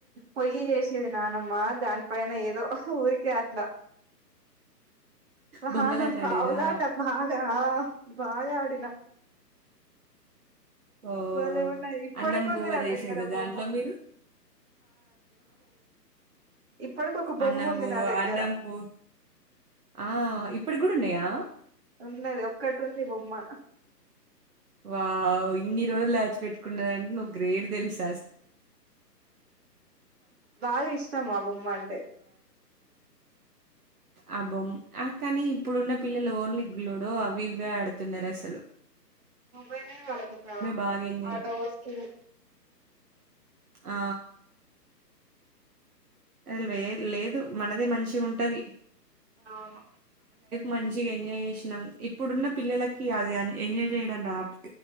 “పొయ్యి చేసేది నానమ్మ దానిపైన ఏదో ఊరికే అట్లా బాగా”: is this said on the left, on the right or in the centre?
Right